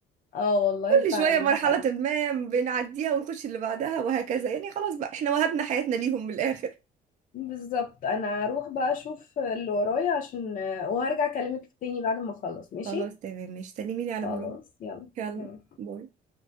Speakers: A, on the left; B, on the right.
A: اه والله
B: كل
A: فعلا
B: شويه مرحله
A: ده حقيقي
B: ما بنعديها ونخش اللي بعدها وهكذا يعني خلاص بقى احنا وهبنا حياتنا ليهم من الاخر
A: بالظبط انا هروح بقى اشوف اللي ورايا عشان وهرجع اكلمك تاني بعد ما اخلص ماشي
B: خلاص تمام مش سلمي لي على
A: خلاص
B: مرور
A: يلا
B: يلا
A: سلام
B: باي